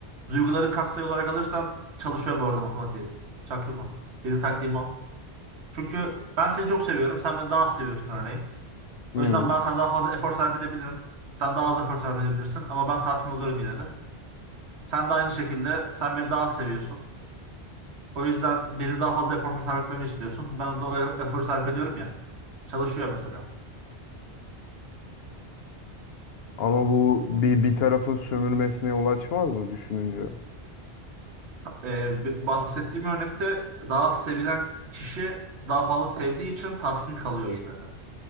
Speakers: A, on the right (about 85°); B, on the left (about 70°).
A: Duyguları katsayı olarak alırsan çalışıyor bu arada matematiği. Çaktırma. Benim taktiğim o. Çünkü ben seni çok seviyorum. Sen beni daha az seviyorsun örneğin.
B: Hı.
A: O yüzden ben sana daha fazla efor sarf edebilirim. Sen daha az efor sarf edebilirsin. Ama ben tatmin oluyorum yine de. Sen de aynı şekilde sen beni daha az seviyorsun. O yüzden benim daha fazla efor sarf etmemi istiyorsun. Ben de o e-, eforu sarf ediyorum ya. Çalışıyor mesela.
B: Ama bu bir, bir tarafın sömürmesine yol açmaz mı düşününce?
A: e, b- bahsettiğim örnekte daha sevilen kişi daha fazla sevdiği için tatmin kalıyor yine de.